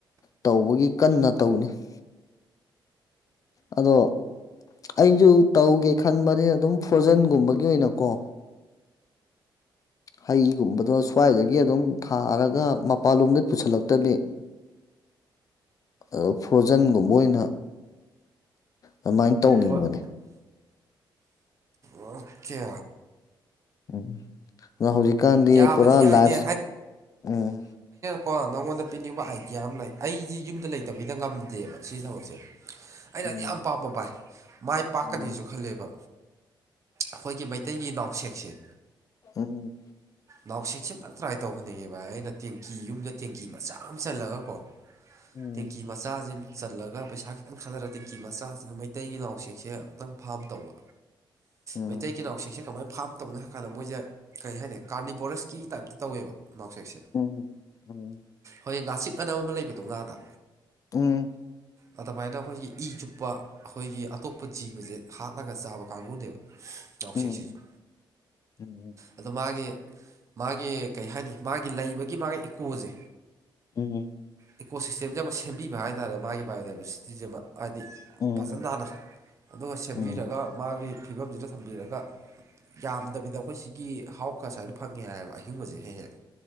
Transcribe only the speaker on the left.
ꯇꯧꯕꯒꯤ ꯀꯟꯅ ꯇꯧ ꯍ <unintelligible> ꯑꯗꯣ ꯑꯩꯁꯨ ꯇꯧꯒꯦ ꯈꯟꯕꯅꯤꯅ ꯑꯗꯨꯝ ꯐ꯭ꯔꯣꯖꯟꯒꯨꯝꯕꯒꯤ ꯑꯣꯏꯅꯀꯣ ꯍꯥꯏꯒꯨꯝꯕꯗꯁꯨ ꯈꯋꯥꯏꯗꯒꯤ ꯑꯗꯨꯝ ꯊꯥꯔꯒ ꯃꯄꯜꯂꯣꯝꯗꯩ ꯄꯨꯁꯤꯜꯂꯛꯇꯕꯤ ꯑ ꯐ꯭ꯔꯣꯖꯟꯒꯨꯝꯕ ꯑꯣꯏꯅ ꯑꯗꯨꯃꯥꯏꯅ ꯇꯧꯅꯤꯡꯕꯅꯤ
ꯎꯝ ꯑꯗ ꯍꯧꯖꯤꯛꯀꯥꯟꯗꯤ
ꯄꯨꯔꯥ
ꯂꯥꯏꯐ ꯎꯝ
ꯎꯝ
ꯎꯝ
ꯎꯝ
ꯎꯝ
ꯎꯝ
ꯎꯝ ꯎꯝ
ꯎꯝ
ꯎꯝ ꯎꯝ
ꯎꯝ
ꯎꯝ
ꯎꯝ ꯎꯝ